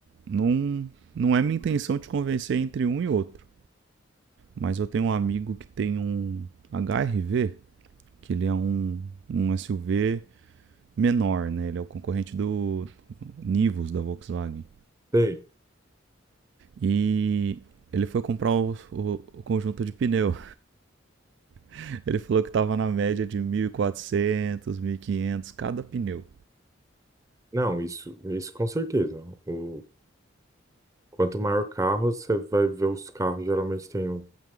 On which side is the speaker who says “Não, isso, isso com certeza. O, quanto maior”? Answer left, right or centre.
Right